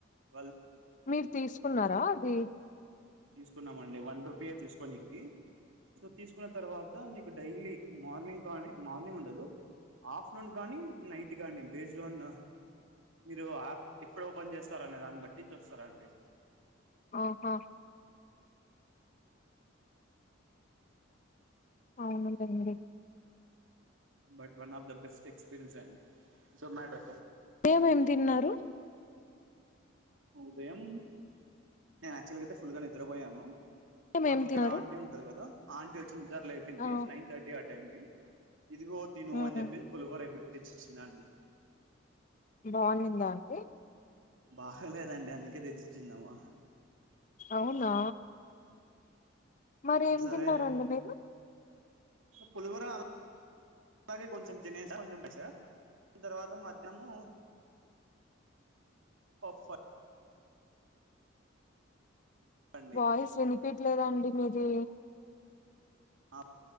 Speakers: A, on the right; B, on the left.
A: వాల్
B: మీరు తీసుకున్నారా అది
A: తీసుకున్నామ అండి వన్ రూపాయ తీసుకో నీ సో తీసుకున్న తర్వాత నీకు డైలీ మార్నింగ్ కానీ మార్నింగ్ ఉండదు ఆఫ్టర్నూన్ కానీ నైట్ కానీ బేస్డ్ ఆన్ మీరు యాప్ ఎప్పుడ ఓపెన్ చేస్తారనే దాన్ని బట్టి చూస్తార అండి
B: ఆహా అవునందండి
A: but one of the best experience Zomato
B: ఏంమ్ ఏంమ్ తిన్నారు
A: ఉదయం నేను యాక్చువల్గాయితే ఫుల్ గా నిద్రపోయాను
B: ఉదయం
A: మాకిక్కడ
B: ఏం తిన్నారు
A: ఆంటీ ఉంటది కదా ఆంటీ వచ్చి నిద్దర లేపింది
B: ఆ
A: నైన్ థర్టీ అ ఏంటి ఇదిగో తిను
B: ఉమ్
A: అని చెప్పేసి పులిహోర తెచ్చేచింది ఆంటీ
B: బాగుందిందా అండి
A: బాగలేదండి అందుకే తెచ్చించిదామా
B: అవునా మరి ఏం
A: సరే
B: తిన్నారండి
A: అని చెప్పి
B: మీరు
A: పులిహోర అల లాగే కొంచెం తినేసా కొంచం తినేసా తర్వాత మధ్యనమూ పప్పు అ అండి
B: వాయిస్ ఎనిపియట్లేదండి మీది
A: ఆ